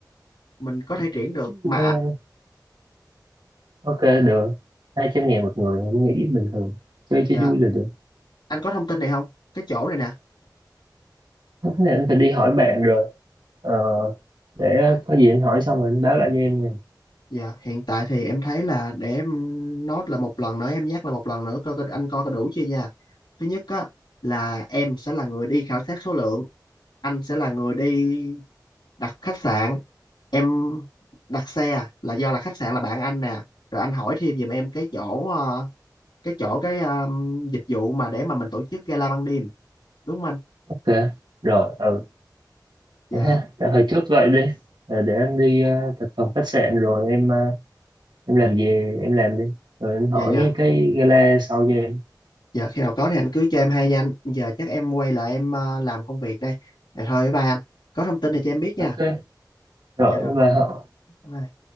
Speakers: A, on the left; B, on the right.
A: mình có thể triển được mà
B: luôn ok được 200 ngàn một người em nghĩ bình thường chơi
A: dạ
B: cho vui là được
A: anh có thông tin này không cái chỗ này nè
B: cái này anh phải đi hỏi bạn rồi ờ, để có gì anh hỏi xong rồi anh báo lại cho em nha
A: Dạ, hiện tại thì em thấy là để em nốt là một lần nữa, em nhắc là một lần nữa coi coi anh coi có đủ chưa nha. Thứ nhất á là em sẽ là người đi khảo sát số lượng, anh sẽ là người đi đặt khách sạn, em đặt xe à, là do là khách sạn là bạn anh nè, rồi anh hỏi thêm giùm em cái chỗ ờ, cái chỗ cái ờ, dịch vụ mà để mà mình tổ chức gala ban đêm, đúng không anh?
B: ok rồi ừ
A: Dạ,
B: vậy ha tạm thời chốt vậy đi rồi để anh đi uh, thực phòng khách sạn rồi em ờ, em làm gì em làm đi rồi anh hỏi
A: dạ dạ.
B: cái gala sau cho em
A: Dạ khi nào có thì anh cứ cho em hay nha anh. Giờ chắc em quay lại em ờ, làm công việc đây. Dạ thôi bye anh. Có thông tin thì cho em biết nha.
B: ok rồi
A: dạ rồi
B: và
A: bye bye